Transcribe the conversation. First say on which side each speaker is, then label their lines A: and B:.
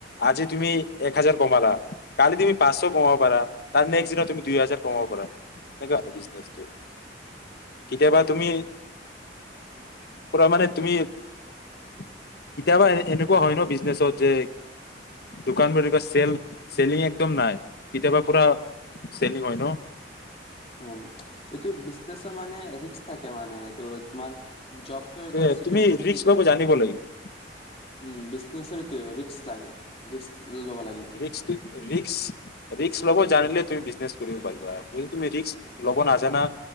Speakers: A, on the left; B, on the left.
A: আজি তুমি এক হাজাৰ কমালা কালি তুমি পাঁচশ কমাব পাৰা, তাৰ নেক্স দিনত তুমি দুই হাজাৰ কমাব পাৰা। তেনেকুৱা আৰু বিজনেছটো, কেতিয়াবা তুমি পুৰা মানে তুমি কেতিয়াবা এনেকুৱা হয় ন বিজনেচত যে দোকানবোৰ এনোকা চেল চেলিং একদম নাই কেতিয়াবা পুৰা চেলিং হয় ন।
B: উম, এইটো বিজনেচৰ মানে ৰিস্ক থাকে মানে তো তোমাৰ জবটো হৈ গ'ল
A: এ
B: চিকিউৰিটি
A: তুমি
B: থাকি
A: ৰিস্ক
B: যায়
A: ল'ব জানিব লাগিব।
B: উম বিজনেছ এইটোৱে ৰিস্ক লাগে, ৰিস্ক ল'ব লাগিব
A: ৰিস্কটোই ৰিস্ক ৰিস্কই লবই জানিলে তুমি বিজনেছ কৰিব পাৰিবা। যদি তুমি ৰিস্ক ল'ব নাজানা